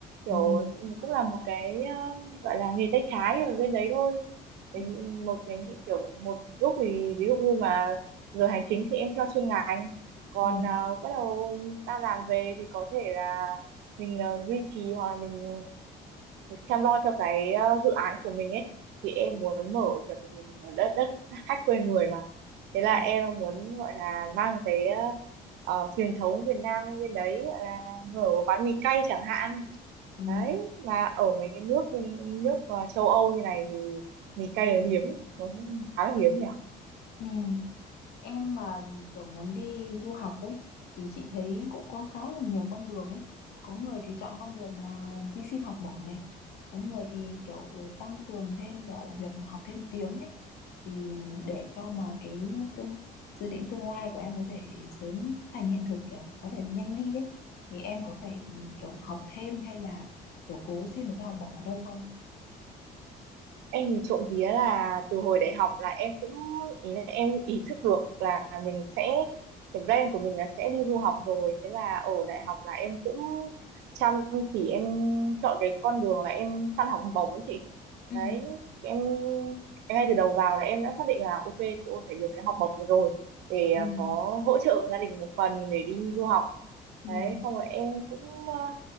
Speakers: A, on the right (about 85°); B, on the left (about 70°).
A: kiểu
B: Ừ.
A: cũng là một cái um, gọi là nghề tay trái ở bên đấy thôi cái
B: Ừ.
A: một cái nghị kiểu một lúc thì ví dụ như mà giờ hành chính thì em theo chuyên ngành còn
B: Ừ.
A: ờ, bắt đầu ta làm về thì có thể là mình ờ, duy trì hoặc là mình chăm lo cho cái ờ, dự án của mình ấy thì em muốn mở kiểu tại vì mình ở đất đất khách quê người mà thế là
B: Ừ.
A: em muốn gọi là mang cái ờ, ờ, truyền thống Việt Nam bên đấy gọi là mở một quán mì cay chẳng hạn
B: Ừ,
A: đấy mà ở mấy cái nước như, nước ờ, châu Âu như này thì mì cay là hiếm nó khá là hiếm nhỉ
B: ừ. Em mà kiểu muốn đi du học ấy thì chị thấy cũng có khá là nhiều con đường ấy. Có người thì chọn con đường là đi xin học bổng này. Có người thì kiểu tăng cường thêm kiểu việc học thêm tiếng ấy thì để cho mà cái tương, dự định tương lai của em có thể sớm thành hiện thực kiểu có thể nhanh đi ấy thì em có phải kiểu học thêm hay là kiểu cố xin một cái học bổng ở đâu không?
A: em thì trộm vía là từ hồi đại học là em cũng ý là em ý thức được là mình sẽ cái plan của mình là sẽ đi du học rồi thế là ở đại học là em cũng chăm chỉ em chọn cái con đường là em săn học bổng ấy chị
B: Ừ,
A: đấy em ngay từ đầu vào là em đã xác định là ok tôi phải được cái học bổng này rồi để à,
B: ừ,
A: có hỗ trợ gia đình một phần để đi du học
B: ừ,
A: đấy xong rồi em cũng à,